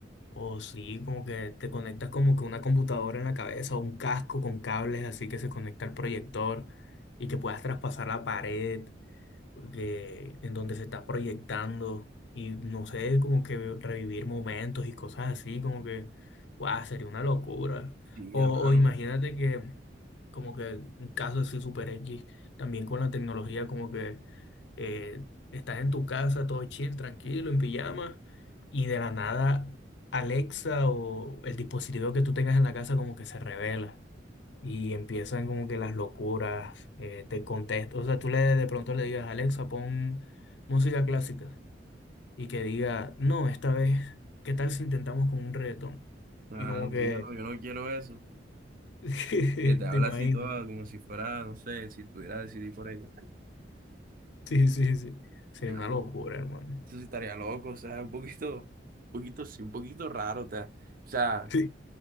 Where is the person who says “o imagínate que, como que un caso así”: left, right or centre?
Left